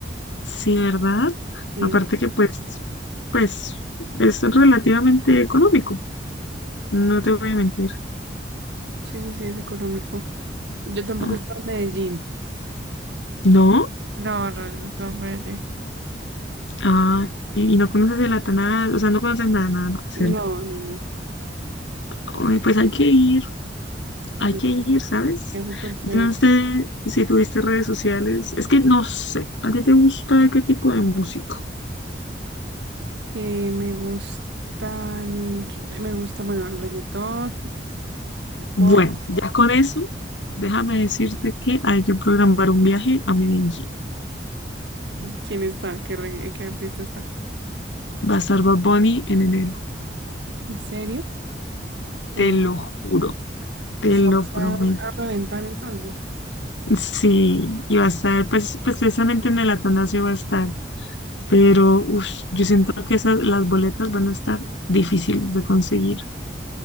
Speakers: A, on the left; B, on the right.
A: sí, ¿verdad?
B: Sí,
A: Aparte que pues, pues, es relativamente económico, no te voy a mentir.
B: sí, sí, sí, es económico. Yo tampoco
A: Ah,
B: he estado en Medellín.
A: No,
B: No, no, no, estaba en Medellín
A: ah, y y no conoces el Atanás, o sea, no conoces nada, nada, nada, cero.
B: No, no, no.
A: Ay, pues hay que ir, hay
B: Sí.
A: que ir, ¿sabes?
B: Es súper chévere.
A: Yo no sé si tuviste redes sociales, es que no sé, ¿a ti te gusta qué tipo de música?
B: Eh, me gusta, el- me gusta, bueno, el reggaetón, el
A: Bueno,
B: pop.
A: ya con eso, déjame decirte que hay que programar un viaje a Medellín.
B: ¿Quién está? ¿Qué, regga- qué artista está?
A: Va a estar Bad Bunny en enero,
B: ¿En serio? Wow.
A: te lo juro, te
B: Eso
A: lo
B: va
A: prometo.
B: a, estar a reventar entonces.
A: Sí, y va a estar, pues, pues, precisamente en el Atanasio va a estar, pero uf, yo siento que esas, las boletas van a estar difíciles de conseguir.